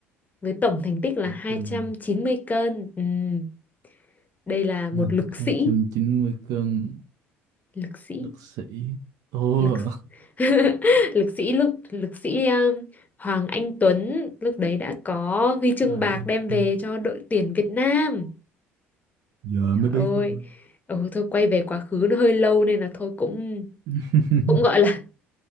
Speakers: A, on the left; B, on the right.
A: với tổng thành tích là
B: Một
A: hai
B: cân
A: trăm chín mươi cân. Ừm, Đây là một
B: quan
A: lực
B: tích
A: sĩ,
B: 290 cân
A: lực sĩ,
B: đất sĩ ô
A: lực <laughs> lực sĩ lực lực sĩ um, Hoàng Anh Tuấn lúc đấy đã có huy chương
B: <laughs> à, anh
A: bạc đem về
B: Tư.
A: cho đội tuyển Việt Nam.
B: giờ
A: Trời
B: mới biết
A: ơi.
B: luôn á
A: Ừ, thôi quay về quá khứ nó hơi lâu nên là thôi cũng
B: <laughs>
A: cũng gọi là